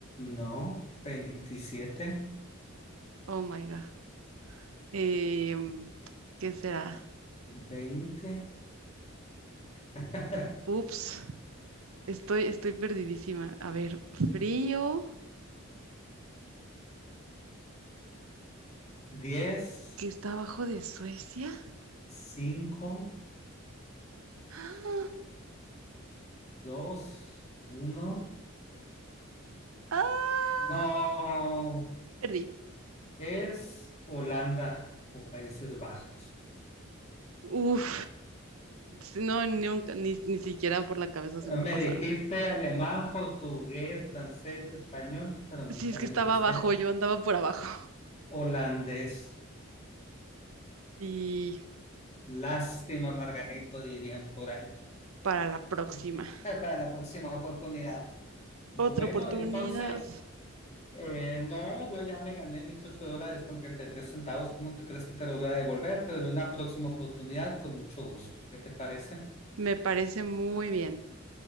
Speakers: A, on the left; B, on the right.
A: No, veintisiete,
B: Oh my God. Em, ¿qué será?
A: veinte, <laughs>
B: Ups, estoy, estoy perdidísima. A ver, frío,
A: 10,
B: que está abajo de Suecia.
A: 5.
B: <gasps> ¡Ah!
A: dos, uno.
B: ¡Ah!
A: No,
B: Perdí.
A: es Holanda o Países Bajos.
B: Uf, si no, nunca, ni, ni siquiera por la cabeza
A: Eh,
B: se me
A: Me
B: pasaron.
A: dijiste alemán, portugués, francés, español, pero nunca
B: Si es que
A: me
B: estaba
A: dijiste
B: abajo, yo andaba por abajo.
A: holandés.
B: Sí,
A: Lástima, Margarito, dirían por ahí.
B: para la próxima.
A: <laughs> Para la próxima oportunidad. Bueno,
B: Otra oportunidad.
A: entonces, eh, no, yo ya me gané mis ocho dólares con 33 centavos. ¿Cómo te crees que te lo voy a devolver? Pero en una próxima oportunidad, con mucho gusto. ¿Qué te parece?
B: Me parece muy bien.